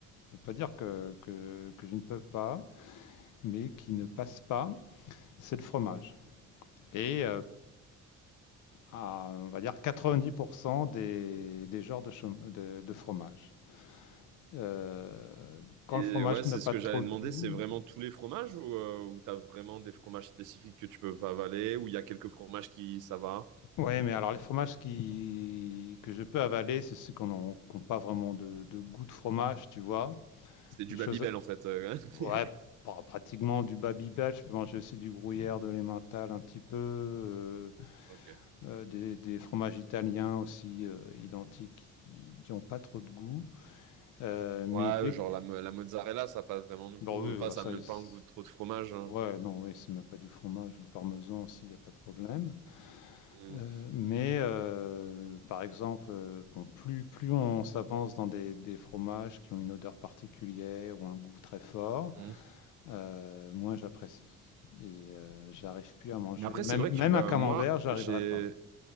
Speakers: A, on the left; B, on the right.
A: Je ne veux pas dire que, que, que je ne peux pas, mais qui ne passe pas, c'est le fromage. Et euh, à, on va dire, 90% des, des genres de, de, de fromage. Euh, quand
B: Et
A: le fromage
B: ouais, c'est
A: n'a pas
B: ce que
A: trop
B: j'allais demander,
A: de goût.
B: c'est vraiment tous les fromages ou, euh, ou t'as vraiment des fromages spécifiques que tu peux pas avaler, ou il y a quelques fromages qui ça va?
A: Oui, mais alors les fromages qui, que je peux avaler, c'est ceux qui n'ont pas vraiment de, de goût de fromage, tu vois.
B: C'est du
A: Des
B: Babybel
A: choses.
B: en fait. euh, <laughs>
A: Ouais, pratiquement du Babybel. Je peux manger aussi du gruyère, de l'emmental un petit peu. euh,
B: Ok.
A: euh, des, des, fromages italiens aussi euh, identiques qui n'ont pas trop de goût. Euh, mais
B: Ouais,
A: dès
B: ouais, genre
A: que-
B: la, mo- la mozzarella, ça n'a pas vraiment de goût.
A: Bon, oui,
B: Enfin,
A: voilà,
B: ça
A: ça,
B: n'a même
A: c'est-
B: pas un goût de trop de fromage. hein.
A: ouais, non, oui, c'est même pas du fromage ou le parmesan aussi, il n'y a pas de problème.
B: Mm,
A: Euh, mais euh, par exemple, euh, bon, plus, plus on s'avance dans des, des fromages qui ont une odeur particulière ou un goût très fort,
B: mm.
A: euh, moins j'apprécie. Et euh, j'arrive plus à manger.
B: Mais après,
A: Même,
B: c'est vrai
A: même
B: que
A: un
B: euh,
A: camembert,
B: moi,
A: j'arriverai
B: j'ai.
A: pas.